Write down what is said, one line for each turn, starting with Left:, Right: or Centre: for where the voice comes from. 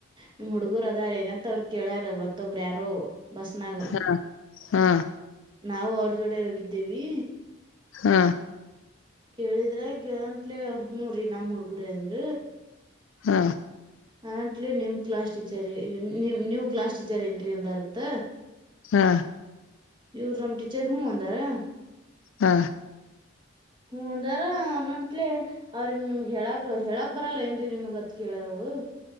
Right: ನಿಮ್ ಹುಡುಗ್ರು ಅದಾರ ಏನಂತ್ತ ಅವರ ಕೇಳ್ಯಾರ ಮತ್ತೊಬ್ಬ್ರ ಯಾರೋ ಬಸ್ನಾಗ
Left: ಹ್ ಹ್
Right: ನಾವು ಅವರ ಜೋಡೆ ಹೋಗಿದ್ದೇವಿ
Left: ಹ್ಮ
Right: ಕೇಳಿದ್ರ ಗಂಟ್ಲೆ ಅವ್ರ ಹೂರೀ ನಮ್ ಹುಡ್ಗುರೆ ಅಂದ್ರ
Left: ಹ್
Right: ಅಣತ್ಳಿ ನಿಮ್ ಕ್ಲಾಸ್ ಟೀಚರ್ ನಿಮ ನೀವ್ ಕ್ಲಾಸ್ ಟೀಚರ್ ಏನ್ರೀ ಅಂದಾರತ್ತ
Left: ಹಾ.
Right: ಯುರ್ ನಮ್ ಟಿಚರ್ ಹು ಆಂದರಾ.
Left: ಹಾ.
Right: ಹು ಆಂದಾರ ಅನುಂಟ್ಲೆ. ಅವ್ರಿ ನಿಮ್ಗ್ ಹೇಳಕ್ ಹೇಳಾಕ್ ಬರಲ್ಲ ಏನ್ರೀ ನಿಮ್ಗ್ ಅತ್ ಕೇಳಾರವರು.